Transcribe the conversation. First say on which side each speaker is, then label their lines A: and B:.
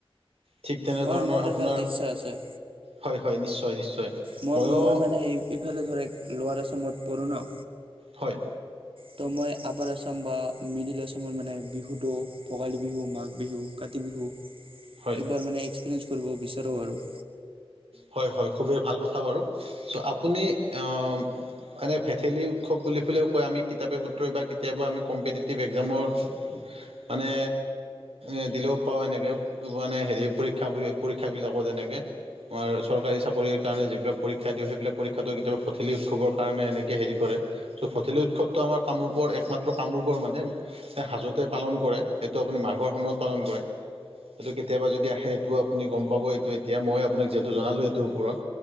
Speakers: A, on the right; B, on the right.
A: ঠিক তেনেধৰণৰ
B: হয় মোৰ
A: আপোনাৰ
B: এবাৰ ইচ্ছা আছে।
A: হয়- হয় নিশ্চয় - নিশ্চয়।
B: মই
A: ময়ো
B: - মই মানে ইফালে ধৰে ল'ৰাচমত পৰো ন।
A: হয়।
B: ত' মই আপাৰ আছাম বা মিডিল আছামত মানে বিহুটো ভোগালী বিহু মাঘ বিহু কাতি বিহু এইবাৰ
A: হয়
B: মানে এক্সপেৰিয়েঞ্চ কৰিব বিচাৰো আৰু।
A: হয় - হয় খুবেই ভাল কথা বাৰু ত' আপুনি অম এনে ভেথেলী উৎসৱ বুলি পেলাইও কয় আমি কিতাপে পত্ৰই বা কেতিয়াবা আমি কম্পিটিটিভ এক্সামৰ মানে এ দিলেও পাও এনেকে মানে হেৰি পৰীক্ষা- পৰীক্ষা বিলাকত এনেকে। তোমাৰ চৰকাৰী চা চাকৰিৰ কাৰণে যিবিলাক পৰীক্ষা দিও সেইবিলাক পৰীক্ষাটো কেতিয়াবা ভঠিলি উৎসৱৰ কাৰণে এনেকে হেৰি কৰে। চ' ভঠেলি উৎসৱটো আমাৰ কামৰূপৰ একমাত্ৰ কামৰূপৰ মানে এ হাজোত পালন কৰে সেইটো আপুনি মাঘৰ সময়ত পালন কৰে সটো কেতিয়াবা যদি আহে সেইটো আপুনি গম পাব এইটো এতিয়া মই আপোনাক যিহেতু জনালো এইটোৰ ওপৰত।